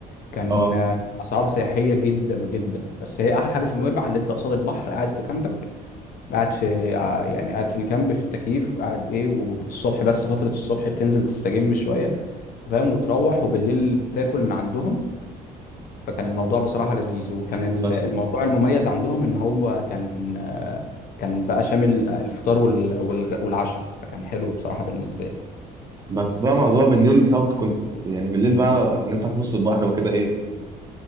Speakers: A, on the left; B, on the right.
A: كان
B: اه
A: آه، اسعار سياحيه جدا جدا بس هي احلى حاجه في نويبع اللي انت قصاد البحر قاعد في كامبك قاعد في ع- يعني قاعد في الكامب في التكييف قاعد ايه والصبح بس فتره الصبح بتنزل تستجم شويه فاهم وتروح وبالليل تاكل من عندهم فكان الموضوع بصراحة لذيذ وكان ال-
B: بس
A: الموضوع المميز عندهم ان هو كان آه، كان بقى شامل الفطار وال- والغ- والعشاء فكان حلو بصراحة بالنسبة لي
B: بس بقى موضوع بالليل طب كنت يعني بالليل بقى ان انت في نص البحر وكده ايه